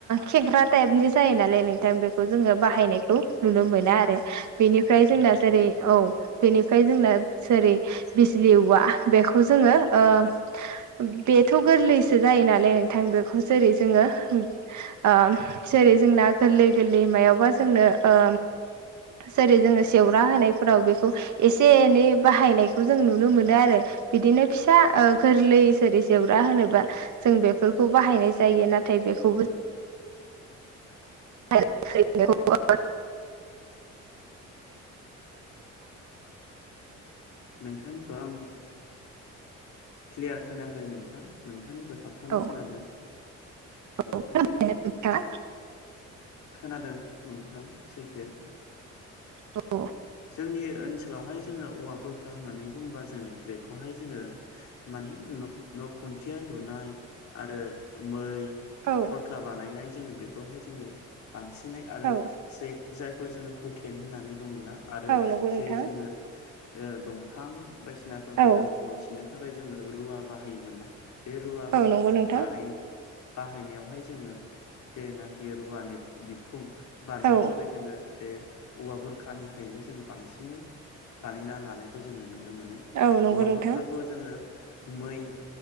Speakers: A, on the right; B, on the left.
A: खेंख्रा टाइप नि जायो नालाय नों बेखौ जोङो बाहायनायखौ नुनो मोना आरो बेनिफ्राय
B: औ
A: जोंना जेरै औ बेनिफ्राय जोंना जेरै बिजलि औवा बेखौ जोङो ओ बेथ' गोरलैसो जायो नालाय नोंथां बेखौ जेरै जोङो ओम जेरै जोंना गोरलै गोरलै मायावबा जोंनो ओ जेरै जोङो सेव दा होनायफोराव बेखौ एसे एनै बाहायनायखौ जों नुनो मोनो आरो बिदिनो फिसा गोरलै जेरै जेवरा होनोबा जों बेफोरखौ बाहायनाय जायो नाथाय बेखौबो ना थाय बे खौ बो
B: नोंथांनिखौ आं क्लियार खोनायाखै नोंथां नोंथांनिखौ थाबथानाय
A: औ
B: खोनादों
A: औ नोंथां
B: खोनादों नोंथां सैथो
A: औ
B: जोंनि ओनसोलावहाय जोङो औवा बु खा होननानै बुङोबा जोङो बेखौहाय जोङो मानि न न' खुन्थिया लुनाय आरो मै
A: औ
B: थरखा बानायनाय जोङो बे बेवहाय जोङो बांसिनै आरो
A: औ
B: जे जायखौ जोङो हुकेन होननानै बुङोना आरो
A: औ नंगौ नोंथां
B: जे जोङो ओ दंफां बायदिसिनाफोरखौ
A: औ
B: जोङो बन सिनो नि थाखाय जोङो रुवा बाहायोमोन ना बे रुवा
A: औ नंगौ नोंथां
B: बानाय बाहायनायावहाय जोङो जेनाखि रुवानि बिखुं बानायनो
A: औ
B: थाखाय जोङो बे औवा बुरखानिफ्रायनो जोङो बांसिनै बानायना लानायखौ जोङो नुनो मोनो
A: औ नंगौ
B: औवा
A: नोंथां
B: बुरखा ख' जोङो मै